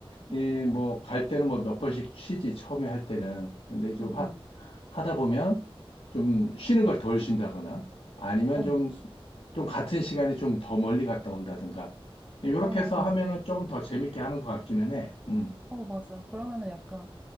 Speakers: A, on the right (about 15°); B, on the left (about 75°).
A: 응,
B: 이 뭐 갈 때는 뭐 몇 번씩 쉬지 처음에 할 때는. 근데 좀
A: 응,
B: 하,
A: 응.
B: 하다 보면 좀 쉬는 걸 덜 쉰다거나 아니면
A: 어,
B: 좀 좀 같은 시간에 좀 더 멀리 갔다 온다든가. 이렇게
A: 어. 어.
B: 해서 하면은 조금 더 재밌게 하는 것 같기는 해. 음.
A: 어, 맞아. 그러면은 약간